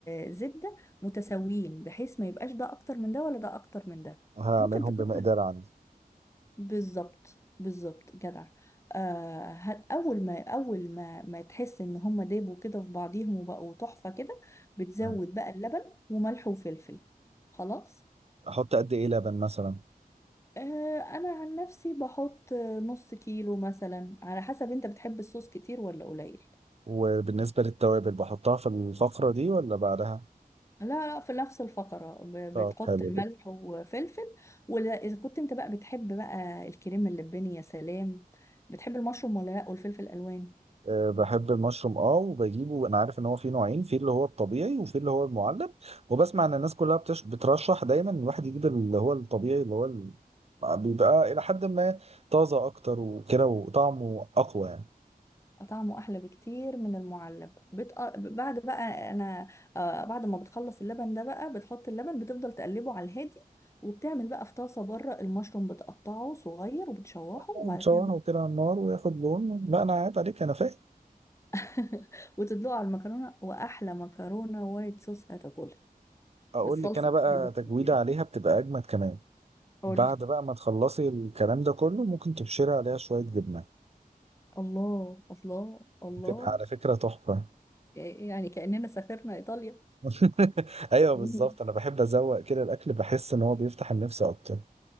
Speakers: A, on the left (about 20°); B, on the right (about 45°).
A: الزبده متساويين بحيث ما يبقاش ده اكتر من ده ولا ده اكتر من ده
B: هعملهم
A: ممكن تكتر
B: بمقدار عندي
A: بالظبط بالظبط جدع آه هت- اول ما اول ما ما تحس ان هما دابوا كده في بعضيهم وبقوا تحفة كده بتزود
B: مم.
A: بقى اللبن وملح وفلفل خلاص
B: احط قد ايه لبن مثلا
A: آه انا عن نفسي بحط آه، نص كيلو مثلا على حسب انت بتحب الصوص كتير ولا قليل
B: وبالنسبه للتوابل بحطها في الفقره دي ولا بعدها
A: لا لا في نفس الفقرة ب-
B: طب
A: بتحط
B: حلو
A: ملح وفلفل ولا إذا كنت انت بقى بتحب بقى الكريم اللباني يا سلام بتحب المشروم ولا لا والفلفل الألوان
B: أه بحب المشروم اه وبجيبه انا عارف ان هو فيه نوعين في اللي هو الطبيعي وفي اللي هو المعلب وبسمع ان الناس كلها بتش... بترشح دايما إن الواحد يجيب اللي هو الطبيعي اللي هو ال... بيبقى الى حد ما طازه اكتر وكده وطعمه اقوى يعني
A: طعمه احلى بكتير من المعلب بت... بعد بقى انا آه بعد ما بتخلص اللبن ده بقى بتحط اللبن بتفضل تقلبه على الهادي وبتعمل بقى في طاسه بره المشروم بتقطعه صغير وبتشوحه
B: آه،
A: وبعد
B: بتشوحه
A: كده ب...
B: كده على النار وياخد لون لا انا عيب عليك انا فاهم
A: <laughs> وتدلقه على المكرونه واحلى مكرونه وايت صوص هتاكلها
B: اقول
A: بالصلصه
B: لك انا بقى
A: كده
B: تجويده
A: كتير
B: عليها بتبقى اجمد كمان
A: قولي
B: بعد بقى ما تخلصي الكلام ده كله ممكن تبشري عليها شويه جبنه
A: الله الله الله
B: بتبقى على فكره تحفه
A: يعني كأننا سافرنا ايطاليا
B: <laughs> ايوه بالظبط
A: <laughs>
B: انا بحب ازوق كده الاكل بحس ان هو بيفتح النفس اكتر